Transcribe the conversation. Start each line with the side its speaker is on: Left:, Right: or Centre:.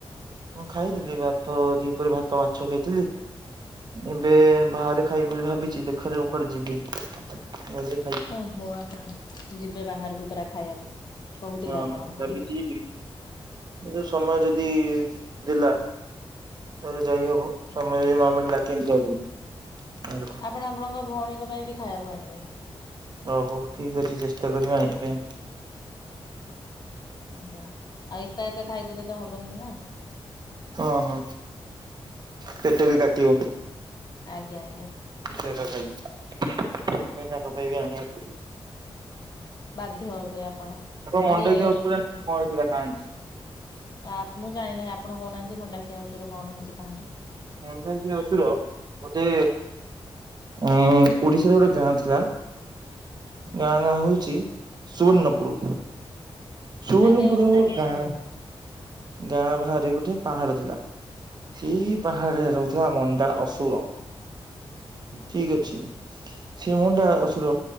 Right: ମୁଁ ଖାଇଥିଲି ଭାତ ଦିପରେ ଭାତ ମାଛ ଖାଇଥିଲି। ଏବେ ବାହାରେ ଖାଇବି ବୋଲି ଭାବିଚି ଦେଖାଯାଉ କୁଆଡ଼େ ଯିବି ନହେଲେ
Left: ଓହୋ ଆପଣ ଯିବେ ବାହାରକୁ ପରା ଖାଇବାକୁ। କହୁଥିଲେ
Right: ହଁ
Left: ଆପଣ ମୁଁ
Right: ଯଦି
Left: ଟି
Right: ଯିବି କିନ୍ତୁ ସମୟ ଯଦି ଦେଲା ତାଲେ ଯାଇ ହବ ସମୟ ଯଦି ନମିଳିଲା କେମିତି ହବକି ବାହାରକୁ।
Left: ପୁଣି ଆପଣଙ୍କ ଭଉଣୀଙ୍କ ପାଇଁବି ଖାଇବାକୁ ଆଣିବେ।
Right: ଓହୋ ଠିକ୍ ଅଛି ଚେଷ୍ଟା କରିବା ଆଣିବା ପାଇଁ।
Left: ଆଚ୍ଛା ଆ ଏକା ଏକା ଖାଇଦେଲେତ ହବନିନା।
Right: ଅଁହଁ ପେଟବି କାଟିବ।
Left: ଆଜ୍ଞା ଆଜ୍ଞା।
Right: ମୁସେରା ଖାଇବି ସେଇଥିପାଇଁ ତାଙ୍କପାଇଁବି ଆଣିବାକୁ ପଡ଼ିବ।
Left: ବାଧ୍ୟ ହେବେ ଆପଣ ନହେଲେ
Right: ମଣ୍ଡାଖିଆ ଅସୁର ଜାଣିଛନ୍ତି କଣ ହେଇଥିଲା ଖାଇ
Left: ଆ ମୁଁ ଜାଣିନାହିଁ, ଆପଣ କହୁନାହାନ୍ତି ମଣ୍ଡାଖିଆ ଅସୁର କଣ ହେଇଚି କାହାଣୀ।
Right: ମାଣ୍ଡଖିଆ ଅସୁର ଗୋଟେ ଉଁ ଓଡିଶାରେ ଗୋଟେ ଗାଁ ଥିଲା। ଗାଁ ନାଁହଉଚି ସୁବର୍ଣ୍ଣପୁର। ସୁବର୍ଣ୍ଣପୁର
Left: ଆଜ୍ଞା ଆଜ୍ଞା ମୁଁ ଶୁଣିଛି
Right: ଗାଁ
Left: ସେ
Right: ଗାଁ ବାହାରେ ଗୋଟେ ପାହାଡ଼ ଥିଲା, ସେଇ ପାହାଡ଼ରେ ରହୁଥିଲା ମଣ୍ଡା ଅସୁର ଠିକ୍ ଅଛି ସେମଣ୍ଡା ଅସୁର